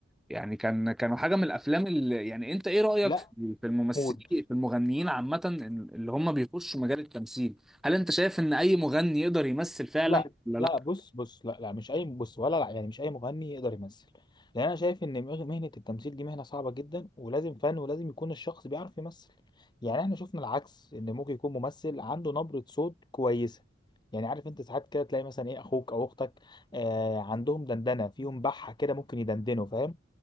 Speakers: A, in the centre; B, on the left.
A: يعني كان كانوا حاجه من الافلام اللي يعني انت ايه رايك
B: لا
A: في في الممثلين
B: موت.
A: في المغنيين عامه اللي هم بيخشوا مجال التمثيل هل انت شايف ان اي مغني يقدر يمثل فعلا
B: لا
A: ولا لا
B: لا بص بص لا لا مش اي بص ولا لا يعني مش اي مغني يقدر يمثل لان انا شايف ان مغ- مهنه التمثيل دي مهنه صعبه جدا ولازم فن ولازم يكون الشخص بيعرف يمثل يعني احنا شفنا العكس ان ممكن يكون ممثل عنده نبره صوت كويسه يعني عارف انت ساعات كده تلاقي مثلا ايه اخوك او اختك آه عندهم دندنه فيهم بحه كده ممكن يدندنوا فاهم